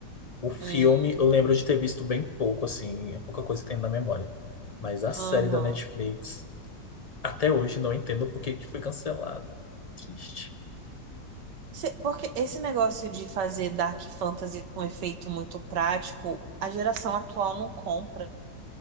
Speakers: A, on the left (about 70°); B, on the right (about 80°).
A: O filme,
B: Hum,
A: eu lembro de ter visto bem pouco, assim, é pouca coisa que tem na memória. Mas a série
B: aham.
A: da Netflix, até hoje não entendo por que que foi cancelado. Triste.
B: Se- Porque esse negócio de fazer dark fantasy com efeito muito prático, a geração atual não compra.